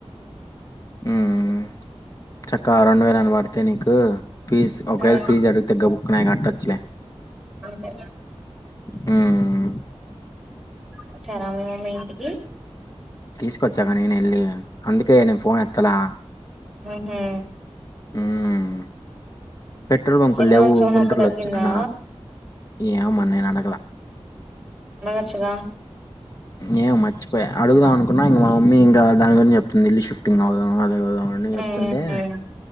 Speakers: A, on the left; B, in the centre.
A: హ్మ్ చక్క రెండు వేలు అన పడితే నీకు ఫీజ్, ఒకవేళ
B: మ్మ్
A: ఫీజు అడుగుతే గబుక్కున అవి కట్టొచ్చు లే.
B: అంతే
A: హ్మ్
B: వచ్చారా మీ మమ్మీ ఇంటికి
A: తీసుకొచ్చాగా నేన్ ఎళ్ళి అందుకే నేను ఫోన్ ఎత్తలా
B: హు హ్మ్
A: హ్మ్ పెట్రోల్ బంకులు
B: ఎలా
A: లేవు
B: ఉంచావు
A: గుంట్రుల
B: నొప్పి తగ్గిందా
A: వచ్చ నా ఏమ నే అడ. లా
B: అడగచ్చుగా
A: ఏమో మర్చిపోయా అడుగుదాం అనుకున్నా ఇంగ మామ్ మ్మీ ఇంకా దాన్ గురించి చెప్తుంది ఇల్ షిఫ్ టింగ్ అవుదాం అద కదాం అని చెప్తుంటే,
B: ఉమ్